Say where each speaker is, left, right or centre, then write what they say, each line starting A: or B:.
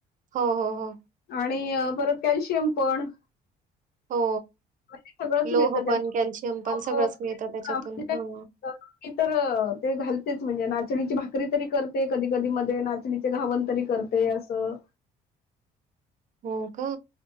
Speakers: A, on the right (about 50°); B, on the left (about 65°).
A: हो हो हो.
B: आणि परत कॅल्शियम पण.
A: हो
B: म्हणजे सगळंच
A: लोह
B: मिळतं त्यातून.
A: पण, कॅल्शियम
B: मग
A: पण, सगळंच मिळतं त्याच्यातून
B: अ, म्हणजे
A: हो.
B: मी तर ते घालतेच, म्हणजे नाचणीची भाकरी तरी करते, कधी कधी मध्ये नाचणीचे घावण तरी करते, असं
A: हो का